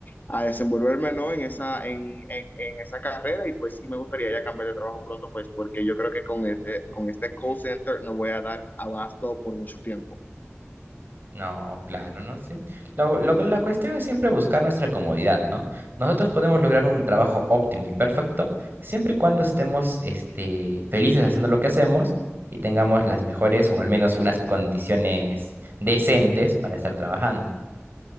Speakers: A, on the left (about 40°); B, on the right (about 45°).
A: a desenvolverme, ¿no? En esa, en, en, en esa carrera y pues sí me gustaría ya cambiar de trabajo pronto, pues porque yo creo que con este, con este call center no voy a dar abasto por mucho tiempo.
B: No, claro, ¿no? Sí. Lo, lo que- la cuestión es siempre buscar nuestra comodidad, ¿no? Nosotros podemos lograr un trabajo óptimo y perfecto siempre y cuando estemos, este, felices haciendo lo que hacemos y tengamos las mejores o al menos unas condiciones decentes para estar trabajando.